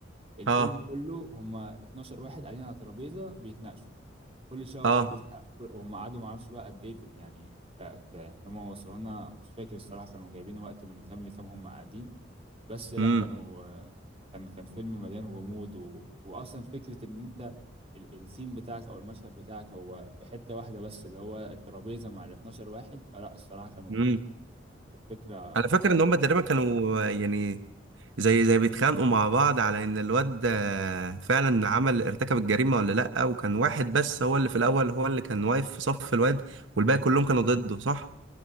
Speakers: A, on the right; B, on the right.
A: الفيلم
B: اه
A: كله هم 12 واحد قاعدين على ترابيزه بيتناقشوا كل شويه واحد
B: اه
A: يزهق كل- وهم قعدوا ما اعرفش بقى قد ايه في ال- يعني ك... ك... يعني هم وصلوا لنا مش فاكر الصراحه كانوا جايبين وقت من كام لكام هم قاعدين بس لا
B: امم
A: كانوا آه، كان كان فيلم مليان غموض و... واصلا فكره ان انت ال... السين بتاعك او المشهد بتاعك هو في حته واحده بس اللي هو الترابيزه مع ال 12 واحد فلا الصراحه كانوا
B: امم
A: كانت فكره
B: انا فاكر ان هم
A: فكره
B: تقريبا
A: أوي
B: كانوا
A: كمان
B: آه، يعني زي زي بيتخانقوا مع بعض على ان الواد آه، فعلا عمل ارتكب الجريمه ولا لا وكان واحد بس هو اللي في الاول هو اللي كان واقف في صف الواد والباقي كلهم كانوا ضده صح